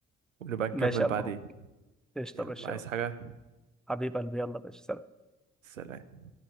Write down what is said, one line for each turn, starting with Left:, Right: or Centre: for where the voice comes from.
Right: ونبقى نكمل
Centre: ماشي يا
Right: بعدين
Centre: قلب اهو قشطة
Right: يلا
Centre: يا باشا
Right: عايز
Centre: يلا
Right: حاجة
Centre: حبيب قلبي يلا يا باشا سلام
Right: سلام